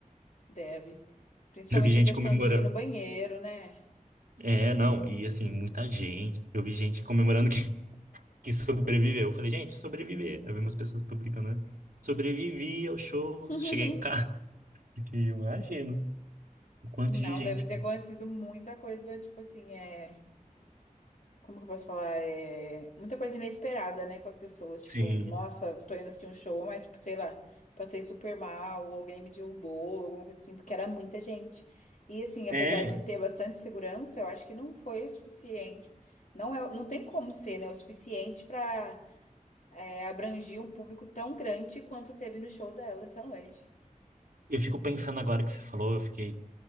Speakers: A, on the left; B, on the right.
A: Deve. Principalmente
B: Eu vi gente
A: a questão
B: comemorando.
A: de ir no banheiro, né?
B: É, não, e assim, muita gente. Eu vi gente comemorando que, <laughs> que sobreviveu. Eu falei, gente, sobreviver. Eu vi umas pessoas publicando, né? Sobrevivi ao show,
A: <laughs>
B: cheguei em casa. Porque Eu imagino o quanto
A: Não,
B: de gente.
A: deve ter acontecido muita coisa, tipo assim, é. Como que eu posso falar? É muita coisa inesperada, né, com as pessoas. Tipo,
B: Sim.
A: nossa, tô indo assistir um show, mas, tipo, sei lá, passei super mal, ou alguém me derrubou, alguma coisa assim, porque era muita gente. E, assim, apesar
B: É.
A: de ter bastante segurança, eu acho que não foi o suficiente. Não é, não tem como ser, né, o suficiente pra é, abranger um público tão grande quanto teve no show dela essa noite.
B: Eu fico pensando agora que você falou, eu fiquei.